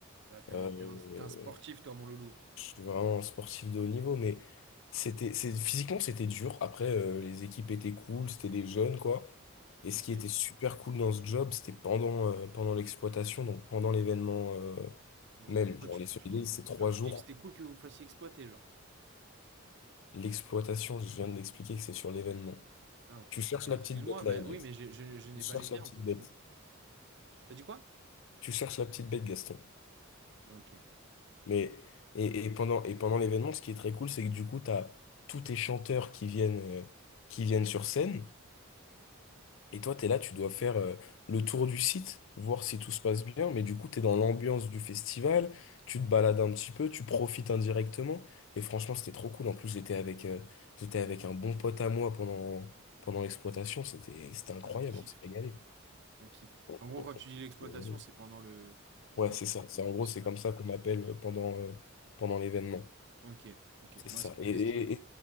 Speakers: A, on the right; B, on the left.
A: T'as- T'es
B: Euh,
A: un, t'es un- t'es un sportif toi, mon loulou.
B: je suis vraiment un sportif de haut niveau, mais c'était, c'est, physiquement, c'était dur. Après, euh, les équipes étaient cool, c'était des jeunes, quoi. Et ce
A: Ok.
B: qui était super cool dans ce job, c'était pendant, euh, pendant l'exploitation, donc pendant l'événement euh,
A: Pourquoi
B: même. Genre,
A: tu,
B: les Solid
A: tu dis,
B: Days, c'est trois
A: genre, tu
B: jours.
A: dis que c'était cool que vous fassiez exploiter, genre.
B: L'exploitation, je viens de l'expliquer que c'est sur l'événement.
A: Ah, ok.
B: Tu cherches
A: Ah,
B: la
A: excuse-moi,
B: petite bête là,
A: bah
B: Elias.
A: oui, mais j'ai- je, je n'ai
B: Tu
A: pas
B: cherches
A: les termes,
B: la petite
A: faut que
B: bête.
A: tu... T'as dit quoi?
B: Tu cherches la petite bête, Gaston.
A: Ah, ok.
B: Mais, et, et pendant, et pendant l'événement, ce qui est très cool, c'est que du coup, tu as tous tes chanteurs qui viennent, euh, qui viennent sur scène. Et toi, t'es là, tu dois faire euh, le tour du site, voir si tout se passe bien, mais du coup, t'es dans l'ambiance du festival, tu te balades un petit peu, tu profites indirectement, et franchement, c'était trop cool. En plus, j'étais avec, euh, j'étais avec un bon pote à moi pendant, pendant l'exploitation, c'était, c'était incroyable,
A: Putain, le kiff,
B: on s'est régalé.
A: quoi. Le kiff.
B: On-
A: En gros, quand
B: on s'est
A: tu dis l'exploitation,
B: régalé.
A: c'est pendant le, pendant
B: Ouais, c'est ça, c'est
A: le, le
B: en
A: festival.
B: gros, c'est comme ça qu'on m'appelle euh, pendant, euh, pendant l'événement.
A: Ok, ok.
B: C'est ça.
A: Moi, c'est
B: Et,
A: très
B: et,
A: stylé.